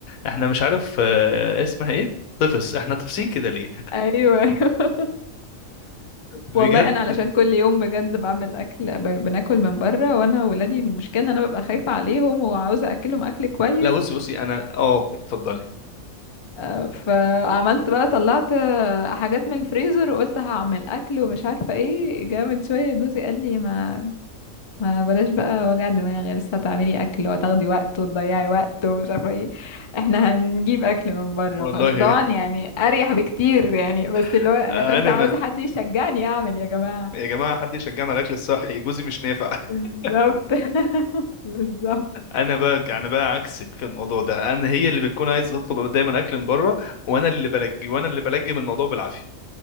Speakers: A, on the left (about 80°); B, on the left (about 30°).
A: احنا مش عارف آه، اسمها ايه؟ طفس احنا طفسين كده ليه؟
B: ايوه ايوه <laughs>
A: بجد
B: والله انا علشان كل يوم بجد بعمل اكل ب- بناكل من بره وانا ولادي المشكله ان انا ببقى خايفه عليهم وعاوزه اكلهم اكل كويس
A: لا بصي بصي انا اه اتفضلي
B: آه، فعملت بقى طلعت آه، حاجات من الفريزر وقلت هعمل اكل ومش عارفه ايه جاء من شويه جوزي قال لي ما ما بلاش بقى وجع دماغ لسه هتعملي اكل وهتاخدي وقت وتضيعي وقت ومش عارفه ايه احنا هنجيب اكل من بره
A: والله
B: وخلاص طبعا يعني اريح بكتير يعني بس اللي
A: <laughs>
B: هو انا كنت
A: انا
B: عاوزه حد يشجعني اعمل يا جماعه
A: يا جماعة حد يشجعنا على الأكل الصحي جوزي مش نافع <laughs>
B: بالظبط <laughs> بالظبط
A: أنا بقى أنا بقى عكسك في الموضوع ده أنا هي اللي بتكون عايزة تطلب دايما أكل من بره وأنا اللي بلجي وأنا اللي بلجم الموضوع بالعافية